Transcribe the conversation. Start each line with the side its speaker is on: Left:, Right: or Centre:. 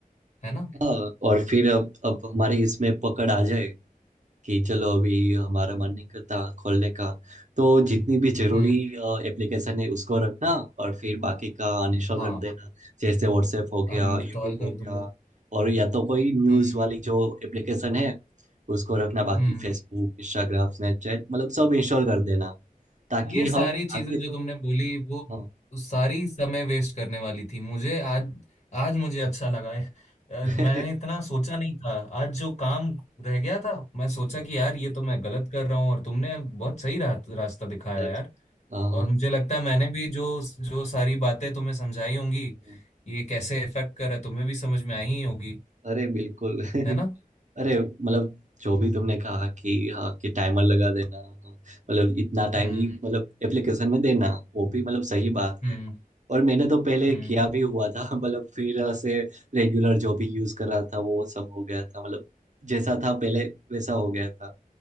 Left: है ना
Right: हाँ, और फिर अब अब हमारी इसमें पकड़ आ जाए कि चलो अभी हमारा मन नहीं करता खोलने का तो जितनी भी जरूरी
Left: हम्म
Right: एप्लीकेशन है उसको रखना और फिर बाकी का अनइंस्टॉल
Left: हाँ
Right: कर देना जैसे व्हाट्सएप हो गया
Left: अनइंस्टॉल
Right: यूट्यूब
Left: कर
Right: हो गया
Left: दूंगा
Right: और या तो कोई न्यूज़
Left: हम्म
Right: वाली जो एप्लीकेशन है उसको रखना बाकी
Left: हम्म
Right: फेसबुक इंस्टाग्राम स्नैपचैट मतलब सब इंस्टॉल कर देना ताकि
Left: ये सारी
Right: हम
Left: चीजें
Right: आगे तो
Left: जो तुमने बोली वो
Right: हाँ
Left: सारी समय वेस्ट करने वाली थी मुझे आज आज मुझे अच्छा लगा है अ,
Right: <laughs>
Left: मैंने
Right: अच्छा,
Left: इतना सोचा नहीं था आज जो काम रह गया था मैं सोचा
Right: हाँ
Left: कि
Right: हाँ,
Left: यार ये तो मैं गलत कर रहा हूँ और तुमने बहुत सही रा, रास्ता दिखाया
Right: अच्छा,
Left: यार
Right: हाँ, हाँ,
Left: और मुझे लगता है मैंने भी जो जो सारी बातें तुम्हें समझाई होंगी
Right: हाँ।
Left: कि ये कैसे इफेक्ट कर रहा है तुम्हें भी समझ में आई ही होगी
Right: अरे बिल्कुल <laughs>
Left: है ना
Right: अरे मतलब जो भी तुमने कहा कि हाँ कि टाइमर लगा देना हाँ, मतलब इतना टाइम
Left: हम्म
Right: ही मतलब एप्लीकेशन में देना वो भी मतलब सही बात
Left: हम्म
Right: है और मैंने तो पहले
Left: हम्म
Right: किया भी हुआ था <laughs> मतलब फिर ऐसे रेगुलर जो भी यूज कर रहा था वो सब हो गया था मतलब जैसा था पहले वैसा हो गया था